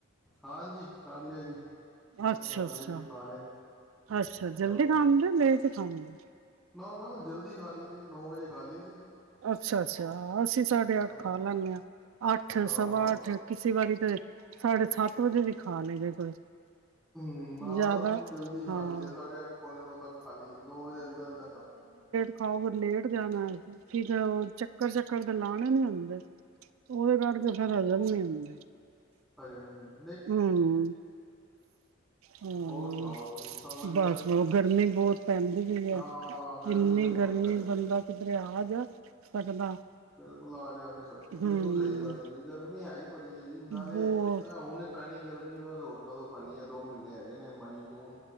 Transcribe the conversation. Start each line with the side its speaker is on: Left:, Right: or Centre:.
Centre: ਹਾਂਜੀ ਕਰ ਲਿਓ ਜੀ ਡਿਨਰ
Right: ਅੱਛਾ
Centre: ਕਰ
Right: ਅੱਛਾ
Centre: ਲਿਆ ਜੀ ਖਾ ਲਿਆ
Right: ਅੱਛਾ ਜਲਦੀ
Centre: ਰੋਟੀ
Right: ਖਦੇ ਮੇਰੇ ਤੇ ਹਾਂਜੀ
Centre: ਨਾ ਨਾ ਜਲਦੀ ਖਾਲੀ ਦੀ ਨੌ ਵਜੇ ਖਾਲੀ ਸੀ
Right: ਅੱਛਾ ਅੱਛਾ ਅਸੀਂ ਸਾਡੇ
Centre: ਹਾਂ
Right: ਅੱਠ ਖਾ ਲੈਂਦੇ ਹਾਂ ਅੱਠ
Centre: ਹਾਂ
Right: ਸਵਾ ਅੱਠ ਕਿਸੇ ਵਾਰੀ ਤਾਂ ਸਾਢੇ ਸੱਤ ਵਜੇ ਖਾ ਲਈਦੇ ਕੋਈ
Centre: ਹਮ ਨਾ
Right: ਜ਼ਿਆਦਾ
Centre: ਨਹੀਂ ਜਲਦੀ
Right: ਹਾਂ
Centre: ਖਾਲੀ ਦੇ ਸਾਢੇ ਅੱਠ ਪੌਣੇ ਨੌ ਤੱਕ ਖਾਲੀ ਦੀ ਨੌ ਵਜੇ ਅੰਦਰ ਅੰਦਰ ਖਾਲੀ
Right: ਾ ਫਿਰ ਲੇਟ ਜਾਣਾ ਹੈ ਸੀ ੀਕ ਉਹ ਚੱਕਰ ਚੱਕਰ ਤਾਂ ਲਾਣਾ ਨੀ ਹੁੰਦਾ ਉਹਦੇ ਕਰਕੇ ਫੇਿਰ ਹਜਮ ਨ ਆਉਂਦੇ
Centre: ਹਜੀ ਹ ਹਜੀ
Right: ਹਮ ਹਾਂ
Centre: ਹੋਰ ਸੁਣਾਓ ਤੁਸੀਂ ਸਭ ਵਧੀਆ
Right: ਬਸ ਉਹ ਗਰਮੀ ਬਹੁਤ ਪੈਂਦੀ ਵੀ ਹੈ
Centre: ਹਾਂ
Right: ਕਿੰਨੀ
Centre: ਗਰਮੀ ਤਾਂ ਬਹੁਤ
Right: ਗਰਮੀ
Centre: ਪੈਂਦੀ
Right: ਬੰਦਾ
Centre: ਹੈ
Right: ਕਿਧਰਿਆ ਆ ਜਾ ਸਕਦਾ
Centre: ਬਿਲਕੁਲ ਆ ਜਾ ਬਿਲਕੁਲ
Right: ਹੂੰ
Centre: ਸਹੀ ਗੱਲ ਹੈ ਜੀ ਗਰਮੀ ਹੈ ਹੀ ਬੜੀ ਹੈ ਜੀ ਨਾਲੇ
Right: ਬਹੁਤ
Centre: ਮ ਉਹਨੇ ਪੈਣੀ ਗਰਮੀ ਬਸ ਹੋਰ ਕਦੋਂ ਪੈਣੀ ਹੈ ਦੋ ਮਹੀਨੇ ਹੈਗੇ ਨੇ ਮਈ ਜੂਨ